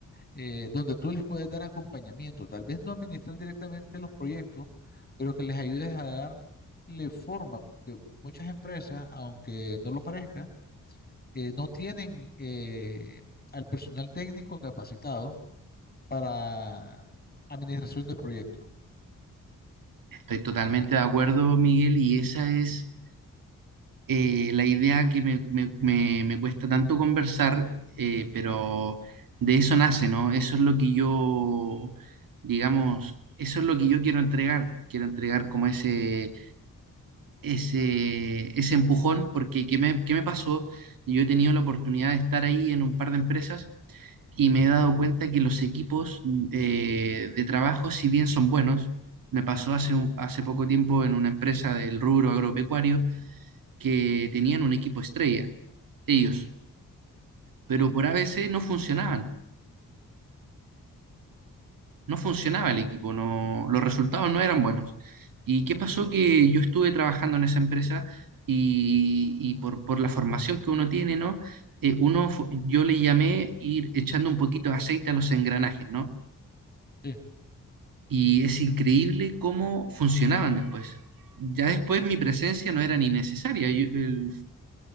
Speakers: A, on the left; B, on the right.
A: eh, donde tú les puedes dar acompañamiento, tal vez no administrar directamente los proyectos, pero que les ayudes a darle forma, porque muchas empresas, aunque no lo parezca, eh, no tienen eh, al personal técnico capacitado para administración de proyectos.
B: estoy totalmente de acuerdo, Miguel, y esa es eh, la idea que me, me- me- me cuesta tanto conversar, eh, pero de eso nace, ¿no? Eso es lo que yo, digamos, eso es lo que yo quiero entregar. Quiero entregar como ese ese, ese empujón, porque ¿qué me, qué me pasó? Yo he tenido la oportunidad de estar ahí en un par de empresas y me he dado cuenta que los equipos mm, eh, de trabajo, si bien son buenos, me pasó hace, un- hace poco tiempo en una empresa del rubro agropecuario que tenían un equipo estrella, ellos, pero
A: Sí,
B: por a ABC no funcionaban. no funcionaba el equipo, no, los resultados no eran buenos. ¿Y qué pasó? Que yo estuve trabajando en esa empresa y, y por, por la formación que uno tiene, ¿no? Eh, uno, fu- yo le llamé ir echando un poquito de aceite a los engranajes, ¿no?
A: sí,
B: Y es increíble cómo funcionaban después. Ya después mi presencia no era ni necesaria. Yo- el